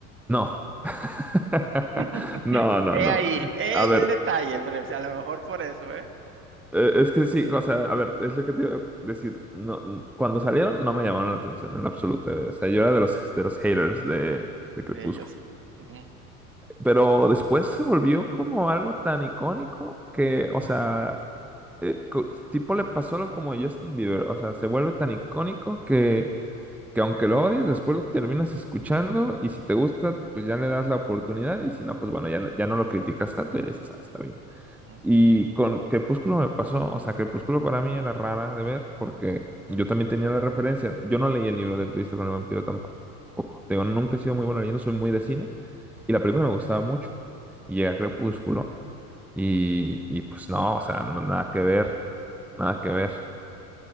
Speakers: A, in the centre; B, on the right (about 25°).
A: No. <laughs>
B: <laughs>
A: No, no,
B: He
A: no.
B: ahí, he
A: A
B: ahí
A: ver,
B: el detalle, pero a lo mejor por eso, ¿eh?
A: eh, es que sí, o sea, a ver, es lo que te iba a decir. No, n- cuando salieron no me llamaron la atención en absoluto. O sea, yo era de los, de los haters de, de Crepúsculo.
B: De ellos. Ujú,
A: Pero después se volvió como algo tan icónico que, o sea, eh, co- tipo le pasó lo como a Justin Bieber. O sea, se vuelve tan icónico que aunque lo odies, después lo terminas escuchando y si te gusta, pues ya le das la oportunidad y si no, pues bueno, ya, no- ya no lo criticas tanto y dices, ah, está bien.
B: ujú,
A: Y con Crepúsculo me pasó, o sea, Crepúsculo para mí era rara de ver porque yo también tenía la referencia. Yo no leí el libro de Entrevista con el vampiro tampoco. Te Digo, nunca he sido muy bueno leyendo, soy muy de cine y la película me gustaba mucho.
B: ujú.
A: Y llega Crepúsculo y, y pues no, o sea, no- nada que ver, nada que ver.